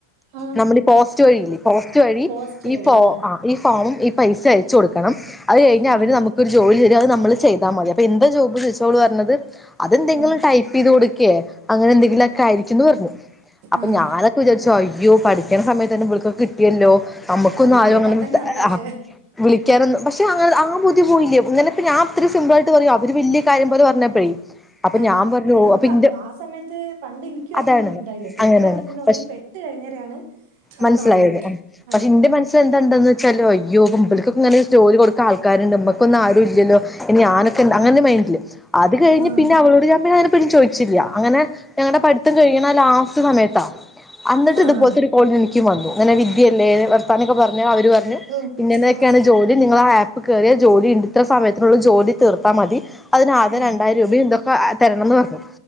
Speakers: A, on the right (about 45°); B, in the centre.
A: ആ
B: നമ്മളീ പോസ്റ്റ് വഴിയില്ലേ പോസ്റ്റ് വഴി
A: പോസ്റ്റ്
B: ഈ
A: വഴി
B: ഫ
A: ആ
B: ഈ ഫോമും ഈ പൈസ അയച്ച് കൊടുക്കണം അത് കഴിഞ്ഞാ
A: ഉം
B: അവര് നമുക്കൊരു ജോലി തരും അത് നമ്മള് ചെയ്താ മതി അപ്പ എന്ത് ജോബ്ന്ന് ഓള് പറഞ്ഞത് അതെന്തെങ്കിലും
A: ഉം
B: ടൈപ്പ് ചെയ്ത് കൊടുക്കേ അങ്ങനെ എന്തെങ്കിലുവൊക്കെ ആയി ന്ന് പറഞ്ഞു അപ്പൊ
A: ഉം.
B: ഞാനൊക്കെ വിചാരിച്ചോ അയ്യോ പഠിക്കണ സമയ തന്നെ ബളക്കൊക്കെ കിട്ടിയല്ലോ നമ്മുക്കൊന്നും
A: അത്
B: ആരും
A: കേട്ടാൽ
B: അങ്ങനെ <unintelligible>
A: തന്നെ അറിയാം പക്ഷെ
B: വിളിക്കാനൊന്നും പക്ഷെ അങ്ങന ആ ബുദ്ധി പോയില്ലേ ഇങ്ങനെപ്പ ഞാൻ ഇത്ര സിമ്പിൾ ആയിട്ട് പറയാ അവര് വല്യ <unintelligible> പറഞ്ഞപ്പോഴേ അപ്പൊ
A: ആഹ്.
B: ഞാൻ പറഞ്ഞു
A: അതല്ല നമുക്ക്
B: അപ്പൊ
A: അ
B: ഇന്റെ
A: ആ സമയത്ത് പണ്ട് എനിക്കും
B: അതാണ്
A: അങ്ങനെയൊന്നും ഉണ്ടായില്ലട്ടോ.
B: അങ്ങനെയാണ്
A: ഇപ്പഴാണ് പിന്നെ ഒന്നൂടെ
B: പക്ഷെ
A: പെട്ട് കഴിഞ്ഞേരെയാണ് അതൊക്കെ
B: മൻസ്സിലായത്
A: വന്നത്.
B: പക്ഷെ
A: ആഹ്.
B: എന്റെ മന സിലെന്താന്ന് വെച്ചാല് അയ്യോ ഇവല്ക്കൊക്കെങ്ങനെ
A: ഉം.
B: ജോലി കൊടുക്കാആൾക്കാരുണ്ട് മ്മക്കൊന്നും ആരും ഇല്ലല്ലോ ഇനി ഞാനൊക്കെ എന്താ അങ്ങനെ ഒരു മൈൻഡില് അത് കഴിഞ്ഞ്
A: ആഹ്.
B: പിന്നെ അവളോട് ഞാൻ പിന്നെ അതിനെപറ്റി ചോദിച്ചില്ല അങ്ങനെ ഞങ്ങടെ പഠിത്തം കഴിയണ ലാസ്റ്റ് സമയത്താ അന്നിട്ട്
A: ആഹ്.
B: ഇത്പോലത്തെ ഒരു കോൾ എനിക്കും വന്നു ഇങ്ങനെ വിദ്യയല്ലേ വർത്താനൊക്കെ പറഞ്ഞു അവര് പറഞ്ഞ്
A: ഉം.
B: ഇങ്ങനെയൊക്കെയാണ്
A: ഉം.
B: ജോലി നിങ്ങളാ ആ ആപ്പിൽ കയറിയാൽ ജോലി ഉണ്ട് ഇത്ര സമയത്തിനുള്ള ജോലി തീർത്താ മതി അതിനാകെ
A: ഉം.
B: രണ്ടായിരം രൂപന്തോ തരണംന്ന് പറഞ്ഞു